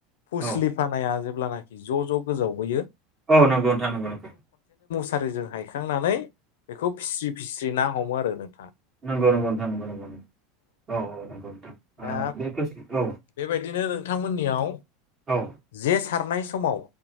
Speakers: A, on the left; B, on the right.
A: फुस्लि
B: औ
A: फानाया होमबानाखि ज' ज' गोजावबोयो।
B: औ नंगौ नोंथां नंगौ ।
A: सारिजों हायखांनानै बेखौ फिस्रि -फिस्रि ना हमो आरो नोंथां।
B: नंगौ- नंगौ नोंथां नंगौ- नंगौ औ औ नंगौ नोंथां।
A: दा बेबायदिनो नोंथांमोननियाव
B: औ
A: जे सारनाय समाव